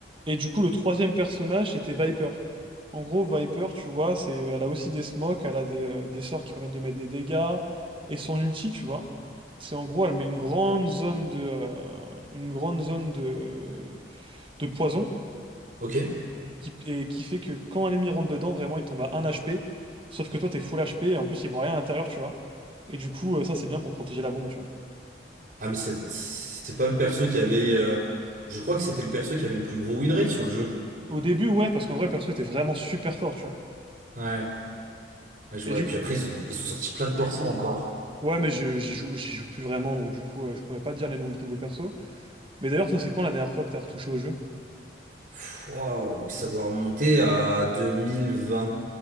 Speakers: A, on the right; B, on the right.
A: Et du coup, le troisième personnage, c'était Viper. En gros, Viper, tu vois, c'est, elle a aussi des smokes, elle a des, euh, des sorts qui permettent de mettre des dégâts. Et son ulti, tu vois, c'est en gros, elle met une grande zone de, euh, une grande zone de, de poison
B: ok.
A: qui, et qui fait que quand un ennemi rentre dedans, vraiment, il tombe à 1 HP. Sauf que toi, t'es full HP et en plus, il voit rien à l'intérieur, tu vois. Et du coup, euh, ça, c'est bien pour protéger la bombe, tu vois.
B: Ah mais ça- c'est pas le perso qui avait, euh, je crois que c'était le perso qui avait le plus gros win rate sur le jeu.
A: Au début, ouais, parce qu'en vrai, le perso était vraiment super fort, tu vois.
B: Ouais, ouais, je vois.
A: Et du,
B: Et puis après, ils, ont- ils ont sorti plein de persos encore.
A: Ouais, mais je, j'y joue, j'y joue plus vraiment, donc du coup, euh, je pourrais pas te dire les noms des nouveaux persos. Mais d'ailleurs, toi, c'est quand la dernière fois que t'as retouché au jeu?
B: Pff, Waouh, ça doit remonter à deux mille vingt